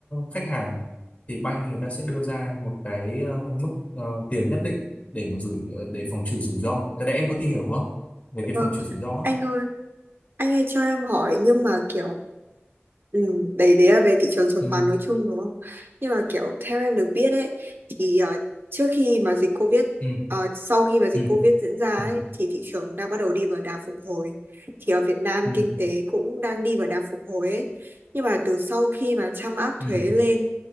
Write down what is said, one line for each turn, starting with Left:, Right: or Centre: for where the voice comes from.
Left: khách hàng thì bank người ta sẽ đưa ra một cái ờ, mức ờ, tiền nhất định để mà rủi ờ, để phòng trừ rủi ro. Cái đấy em có tìm hiểu không? Về
Right: dạ
Left: cái
Right: vâng
Left: phòng trừ rủi ro. á.
Right: anh ơi anh ơi cho em hỏi nhưng mà kiểu Ừ, đấy đấy là về thị trường chứng
Left: Ừ.
Right: khoán nói chung đúng không? Nhưng mà kiểu theo em được biết ấy thì ờ, trước khi mà dịch Covid
Left: Ừ.
Right: ờ, sau khi mà dịch
Left: Ừ.
Right: Covid diễn ra
Left: Ừ.
Right: ấy thì thị trường đang bắt đầu đi vào đà phục hồi. Thì ở Việt Nam
Left: Ừ.
Right: kinh tế cũng đang đi vào đà phục hồi ấy. Nhưng mà từ sau khi mà Trump áp
Left: Ừ.
Right: thuế lên